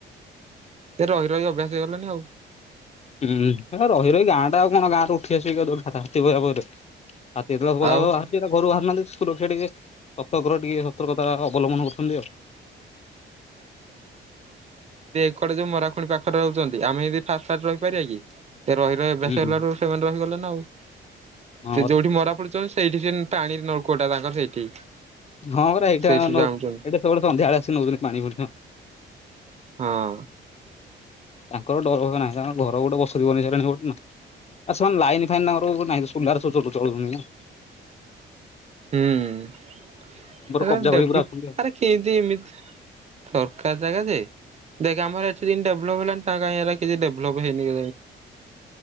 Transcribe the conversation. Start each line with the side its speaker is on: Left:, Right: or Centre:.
Right: ଏ ରହି ରହି ଅଭ୍ୟାସ ହେଇଗଲଣିି ଆଉ।
Left: ହୁଁ ରହି ରହି ଗାଁ ଟା ଆଉ କଣ ଗାଁ ଟରେ ଉଠି ଆସିବି ହାତୀହିବା ପରେ। ଆ ଏ ବାହାର
Right: ଆଉ
Left: ଘରୁ ବାହାରହାନ୍ତି। ସ୍କୁ ରକ୍ଷା ଟିକେ ସତର୍କ ର ଟିକେ ସତର୍କତା ଅବଲମ୍ବନ କରୁଛନ୍ତି ଆଉ।
Right: ଏେ ଯୋଉ ମରାଖୁଣି ପାଖରେ ରହୁଛନ୍ତି ଆମେ ଏ ଫାଷ୍ଟ୍ ଫାଷ୍ଟ୍ ରହିପାରିବା କି? ଏ ରହ ରଭ୍ୟାସ
Left: ହୁଁ
Right: ହେଲାୁ ସେମାନେ ରହିଗଲେ ନା ଆଉ
Left: ହଁ
Right: ସେ
Left: ପରା
Right: ଯୋଉଠି ମରା ପଡିୁଛନ୍ତି। ସେଇଠି ସେ ପାଣି ନଳକୂଟା ତାଙ୍କର ସେଇଠି
Left: ହଁ ପରା ଏଇଟା
Right: ସେଇଠି
Left: ନ
Right: ଜାଣୁଛନ୍ତି।
Left: ଏଇଟା ସବୁବେଳେ ସନ୍ଧ୍ୟାବେଳେ ଆସି ନଉଛନ୍ତି ପାଣି ଫଣି
Right: ହଁ।
Left: ତାଙ୍କର ଡର ହବ ନାହିଁ ତାଙ୍କର ଘର ଗୋଟେ ବସତି ବନିସାରାଣି ପଟେ ନା ଆ ସେମାନେ ଲାଇନ ଫାଇନ୍ଙ୍କର ନାଇଁଲୁ ଚଳୁନି
Right: ହୁଁ।
Left: କବ୍ଜା
Right: ଡବଲୁ
Left: କରି ପୁରା ଅଛନ୍ତି ଆଉ।
Right: କେମତି ଏମିତି ଦରକାର ଦେଖ ଆମର ଡେଲପ ହେଲାଣି ତା କଁ କିଛି ଡେପ ହେଇନି।